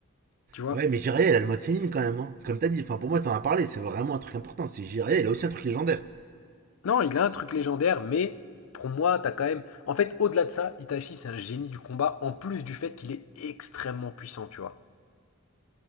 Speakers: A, on the left; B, on the right.
A: tu vois
B: Ouais, mais Jiraya, il a le mode Sénine quand même. hein. Comme t'as dit, enfin, pour moi, t'en as parlé, c'est vraiment un truc important. C'est Jiraya, il a aussi un truc légendaire.
A: Non, il a un truc légendaire, mais pour moi, t'as quand même. En fait, au-delà de ça, Itachi, c'est un génie du combat, en plus du fait qu'il est extrêmement puissant, tu vois.